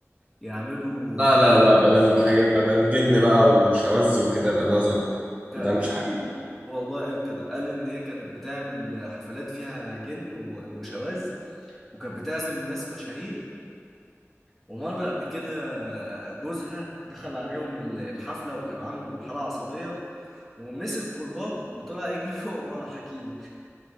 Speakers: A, in the centre; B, on the right.
A: يعملوا
B: لا لا لا بدل الحاجات بدل جن بقى وشواذ وكده يبقى ده زر
A: ك... ك...
B: ده مش حقيقي
A: والله قال كده قال إن هي كانت بتعمل حفلات فيها جن و... وشواذ وكانت بتعزم ناس مشاهير ومرة قبل كده آه، جوزها دخل عليهم الحفلة وكان عنده حالة عصبية ومسك كرباج وطلع يجري <laughs> ورا حكيم